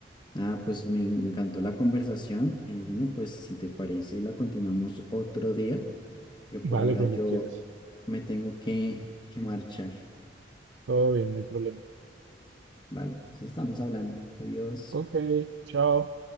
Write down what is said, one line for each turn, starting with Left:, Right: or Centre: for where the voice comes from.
Left: Ah, pues me, me encantó la conversación, eh, Gino. Pues si te parece, la continuamos otro día, pero
Right: Vale,
Left: por ahora
Right: cuando
Left: yo
Right: quieras.
Left: me tengo que, que marchar,
Right: Todo bien, no hay problema.
Left: ¿vale? Entonces estamos hablando. Adiós.
Right: Ok, chao.